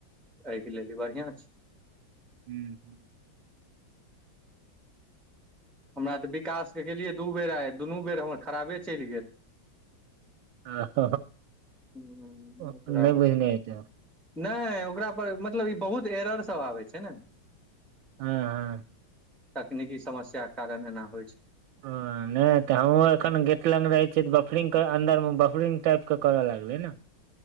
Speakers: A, in the centre; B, on the right.
A: अय के लेल ई बढ़िआ छै
B: हूँ
A: हमरा त विकास के केलियै दू बेर आइ दुनू बेर हमर खराबे चलि गेल
B: आह
A: हूं
B: ओ
A: ओकरा
B: नहि बुझने हेते
A: नहि ओकरा पर मतलब ई बहुत एर सभ आबै छै ने
B: हँ हँ
A: तकनीकी समस्या के कारण एना होइ छै
B: ह नहि तऽ हमहूँ एखन गेट लग रहै छियै तऽ बफरिंग के अंन्दर मे बफरिंग टाइप क करऽ लगलै ने